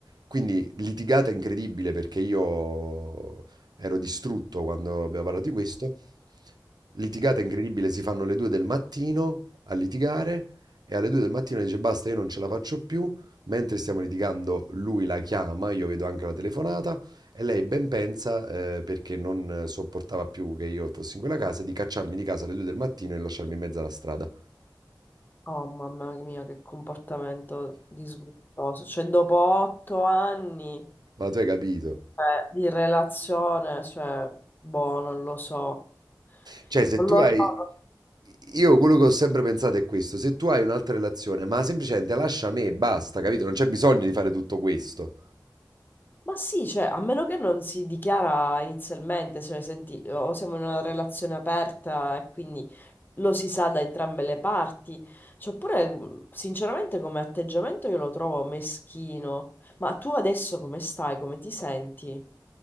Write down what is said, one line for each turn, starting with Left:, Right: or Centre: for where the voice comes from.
Right: Quindi litigata incredibile perché io ero distrutto quando abbiamo parlato di questo. Litigata incredibile, si fanno le due del mattino a litigare e alle due del mattino dice basta, io non ce la faccio più. Mentre stiamo litigando, lui la chiama, io vedo anche la telefonata e lei ben pensa, eh, perché non sopportava più che io fossi in quella casa, di cacciarmi di casa alle due del mattino e lasciarmi in mezzo alla strada.
Left: Oh, mamma mia, che comportamento disgustoso. Cioè, dopo otto anni,
Right: Ma tu hai capito?
Left: eh, di relazione, cioè, boh, non lo so.
Right: Cioè, se
Left: Non
Right: tu
Left: lo
Right: hai,
Left: so.
Right: Io quello che ho sempre pensato è questo, se tu hai un'altra relazione, ma semplicemente lascia me e basta, capito? Non c'è bisogno di fare tutto questo.
Left: Ma sì, cioè, a meno che non si dichiara inizialmente, se ne senti, o siamo in una relazione aperta e quindi lo si sa da entrambe le parti. Cioè, oppure, mh, sinceramente, come atteggiamento io lo trovo meschino. Ma tu adesso come stai? Come ti senti?